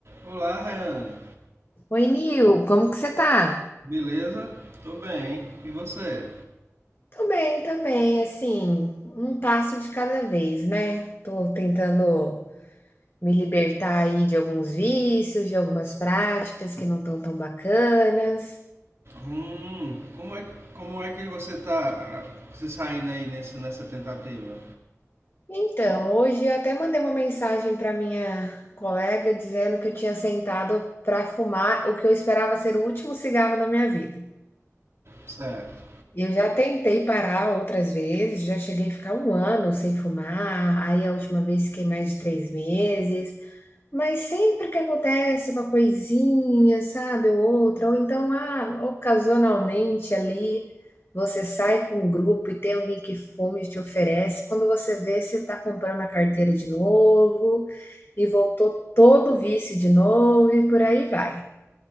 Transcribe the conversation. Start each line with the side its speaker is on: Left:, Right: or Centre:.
Right: Olá, Rayane.
Left: Oi, Nil, como que você tá?
Right: Beleza? Tô bem. E você?
Left: Tô bem, também, assim, um passo de cada vez, né? Tô tentando me libertar aí de alguns vícios, de algumas práticas que não estão tão bacanas.
Right: Hum, como é, como é que você tá ah, se saindo aí nesse, nessa tentativa?
Left: Então, hoje eu até mandei uma mensagem para minha colega dizendo que eu tinha sentado para fumar o que eu esperava ser o último cigarro da minha vida.
Right: Certo.
Left: Eu já tentei parar outras vezes, já cheguei a ficar um ano sem fumar, aí a última vez fiquei mais de três meses. Mas sempre que acontece uma coisinha, sabe, ou outra, ou então, ah, ocasionalmente ali, você sai com um grupo e tem alguém que fuma e te oferece. Quando você vê, você está comprando a carteira de novo e voltou todo o vício de novo e por aí vai.